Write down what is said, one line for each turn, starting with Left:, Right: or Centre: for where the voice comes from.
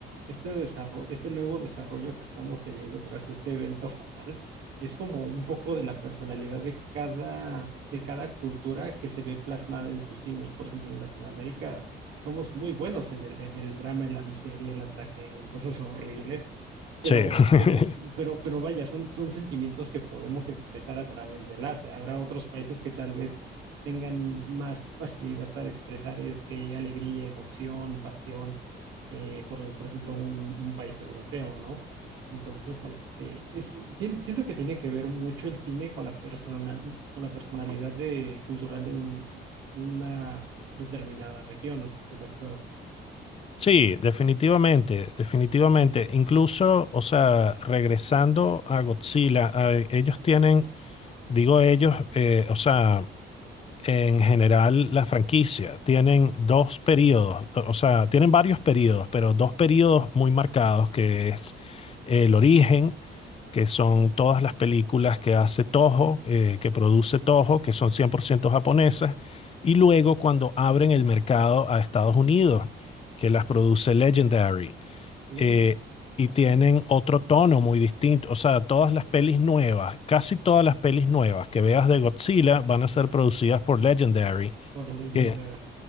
Right: este desarrollo, este nuevo desarrollo que estamos teniendo tras este evento fatal, es como un poco de la personalidad de cada, de cada cultura que se ve plasmada en su cine. Y por ejemplo, en Latinoamérica somos muy buenos en el, en el drama, en la miseria, en la tragedia, en cosas horribles. Pero,
Left: sí. <laughs>
Right: pero, s- pero, pero vaya, son, son sentimientos que podemos expresar a través del arte. Habrá otros países que tal vez tengan más facilidad para expresar este, alegría, emoción, pasión, eh, por, por ejemplo, un, un país europeo, ¿no? Entonces, este, es, tien- siento que tiene que ver mucho el cine con la persona, con la personalidad de, cultural de, un- de una determinada región, no sé si estás de acuerdo.
Left: Sí, definitivamente, definitivamente. Incluso, o sea, regresando a Godzilla, a- ellos tienen, digo ellos, eh, o sea, en general las franquicias tienen dos periodos, o sea, tienen varios periodos, pero dos periodos muy marcados, que es el origen, que son todas las películas que hace Toho, eh, que produce
Right: Ujú.
Left: Toho, que son 100% japonesas, y luego cuando abren el mercado a Estados Unidos, que las produce Legendary.
Right: Mm,
Left: eh, y tienen otro tono muy distinto. O sea, todas las pelis nuevas, casi todas las pelis nuevas que veas de Godzilla van a ser producidas por Legendary
Right: Por Legendary.
Left: que,